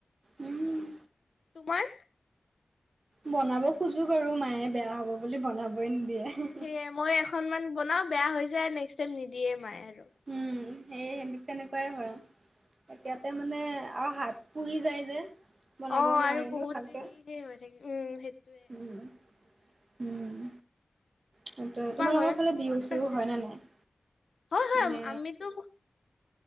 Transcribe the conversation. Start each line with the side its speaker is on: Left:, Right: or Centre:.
Right: উম উ উ উ
Left: তোমাৰ।
Right: বনাব খোজো বাৰু মায়ে বেয়া হ'ব বুলি বনাবই নিদিয়ে হে হে হে।
Left: সেয়ে মই এখনমান বনাও বেয়া হৈ যায় নেক্সট টাইম নিদিয়ে মায়ে আৰু
Right: উম সেই হেন্তে তেনেকুৱাই হয়। এতিয়াতে মানে আৰু হাত পুৰি যায় যে। বনাব
Left: অ আৰু
Right: নোৱাৰি
Left: বহুত
Right: ন ভালকে
Left: দেৰি সেই হৈ থাকে উম উ উ সেইটোৱে।
Right: উম উ উম উ উ চুচ সেইটোৱে
Left: তোমাৰ
Right: তোমালোকৰ
Left: ঘৰত
Right: ফালে
Left: কোন
Right: বিহু-চিহু
Left: কোন আছে?
Right: হয় নে নাই।
Left: হয় হয়
Right: মানে
Left: আম আমিতো ব